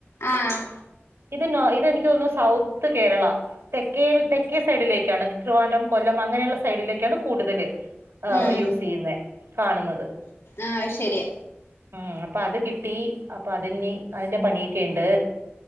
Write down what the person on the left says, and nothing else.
ആഹ്
ഉം
ആഹ് അയ് ശരിയ